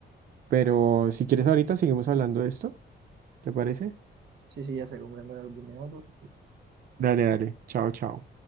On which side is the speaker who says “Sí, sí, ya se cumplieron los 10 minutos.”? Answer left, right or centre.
Right